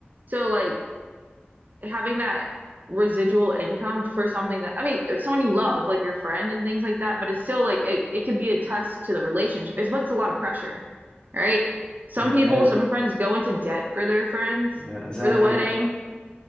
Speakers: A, on the right (about 45°); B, on the left (about 20°).
A: So like having that residual income for something that I mean, uh, someone you love, like your friend and things like that, but it's still like it, it could be a test to the relationship. It's what's a lot of pressure, right? Some
B: Yeah,
A: people,
B: and
A: some friends go into debt for their friends
B: yeah, exactly.
A: for the wedding.